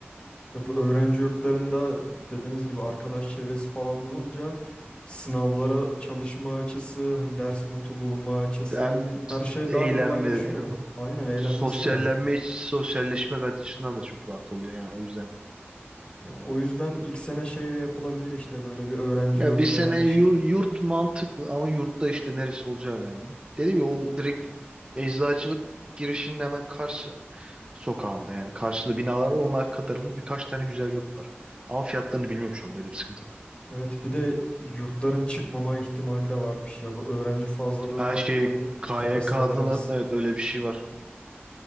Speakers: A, on the left; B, on the right.
A: Ya bu öğrenci yurtlarında dediğiniz gibi arkadaş çevresi falan bulunca sınavlara çalışma açısı, hani ders notu bulma açısı
B: Hem
A: her şey
B: eğlenme,
A: daha kolaylaşıyor. Aynen eğlenmesi
B: sosyallenme,
A: de rahat.
B: sosyalleşmek açısından da çok rahat oluyor yani o yüzden.
A: Ya o yüzden ilk sene şey de yapılabilir işte böyle bir öğrenci
B: Ya
A: yurduna
B: bir sene
A: yerleşip.
B: yur- yurt, mantıklı ama yurtta işte neresi olacağı önemli. Dedim ya o direkt eczacılık girişinin hemen karşı sokağında yani karşında binalar var, onun arka tarafında birkaç tane güzel yurt var. Ama fiyatlarını bilmiyorum şu anda öyle bir sıkıntı var.
A: Evet bir de yurtların çıkmama ihtimali de varmış ya bu öğrenci fazlalığından
B: Her şey
A: dolayı
B: KYK'lıların
A: kapasiteler az.
B: evet öyle bir şey var.